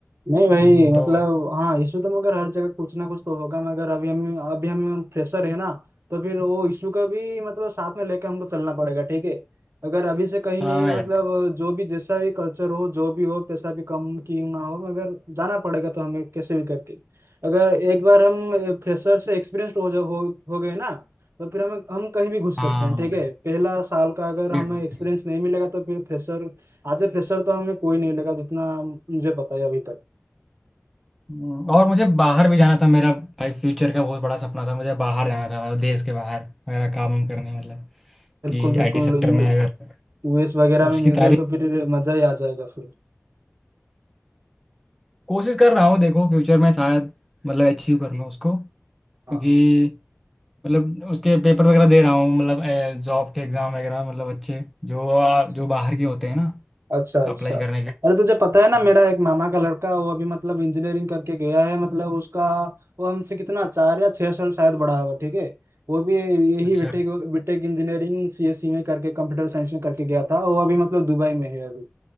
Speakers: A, on the right (about 60°); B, in the centre.
A: नहीं भाई
B: हम्म,
A: मतलब
B: तो
A: हाँ इशू तो मगर हर जगह कुछ ना कुछ तो होगा मगर अभी हम अभी हम फ्रेशर है ना तो फिर वो इशू का भी मतलब साथ में लेके हमको चलना पड़ेगा ठीक है अगर अभी से कहीं
B: हाँ
A: नहीं मतलब
B: यार
A: जो भी जैसा भी कल्चर हो जो भी हो पैसा भी कम क्यों ना हो मगर जाना पड़ेगा तो हमें कैसे भी करके अगर एक बार हम फ्रेशर से एक्सपीरियंस हो जा हो, हो गए ना तो फिर हम हम कहीं भी घुस
B: हाँ
A: सकते हैं ठीक है पहला साल का अगर हमें
B: ये बात
A: एक्सपीरियंस
B: है
A: नहीं मिलेगा तो फिर फ्रेशर आज ए फ्रेशर तो हमें कोई नहीं लगा जितना मुझे पता है अभी तक
B: हम्म, और मुझे बाहर भी जाना था मेरा भाई फ्यूचर का बहुत बड़ा सपना था मुझे बाहर जाना था मतलब देश के बाहर मेरा काम वाम करने मतलब
A: बिल्कुल
B: कि
A: बिल्कुल
B: आईटी सेक्टर
A: यू
B: में अगर
A: यूएस वगैरह
B: उसकी
A: में मिल
B: तारीफ
A: जाए तो फिर मजा ही आ जाएगा फिर
B: कोशिश कर रहा हूँ देखो फ्यूचर में शायद मतलब अचीव कर लूँ उसको क्योंकि
A: हाँ
B: मतलब उसके पेपर वगैरह दे रहा हूँ मतलब जॉब के एग्ज़ाम वगैरह मतलब अच्छे जो आ,
A: अच्छा
B: जो बाहर के होते हैं ना
A: अच्छा अच्छा
B: अप्लाई करने के
A: अरे तुझे पता है ना
B: हाँ
A: मेरा एक मामा का लड़का वो अभी मतलब इंजीनियरिंग करके गया है मतलब उसका वो हमसे कितना चार या छह साल शायद बड़ा होगा ठीक है वो भी यही
B: अच्छा
A: बीटेक बीटेक इंजीनियरिंग सीएसई में करके कंप्यूटर साइंस में करके गया था वो अभी मतलब दुबई में है अभी